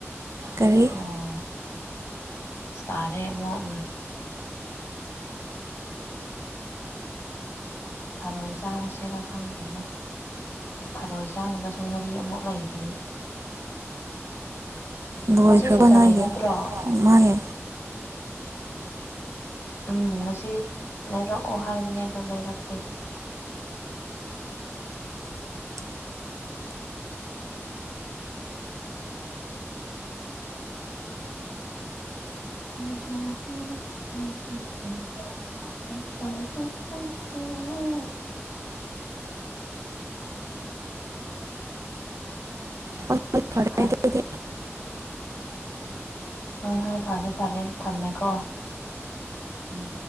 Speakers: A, on the right (about 85°); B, on the left (about 55°).
A: ꯀꯔꯤ
B: ꯑꯣ ꯇꯥꯇꯥꯔꯦ ꯑꯃꯛ ꯊꯔꯣꯏ ꯆꯥꯔꯁꯤꯦꯔꯥ ꯈꯪꯗ꯭ꯔꯦꯗ ꯑꯁ ꯊꯔꯣꯏ ꯆꯥꯅꯕꯁꯨ ꯉꯥꯔꯤ ꯑꯃꯨꯛ ꯂꯩꯇ꯭ꯔꯤ
A: ꯂꯣꯏꯈ꯭ꯔꯕ
B: ꯉꯁꯤ ꯁꯇꯔꯗꯦ
A: ꯅꯣꯏꯒꯤ
B: ꯅꯠꯇ꯭ꯔꯣ
A: ꯃꯥꯒꯤ
B: ꯎꯝ ꯉꯁꯤ ꯂꯩꯔꯛꯑꯣ ꯍꯥꯏꯕꯅꯦ ꯑꯗꯨ ꯂꯩꯔꯛꯇꯦ <inaudible>
A: ꯍꯣꯏ ꯍꯣꯏ ꯐꯔꯦ
B: <inaudible> ꯐꯥ
A: ꯑꯗꯨꯗꯤ
B: <inaudible> ꯍꯣꯏ ꯍꯣꯏ ꯐꯔꯦ ꯐꯔꯦ ꯊꯝꯃꯦꯀꯣ ꯎꯝ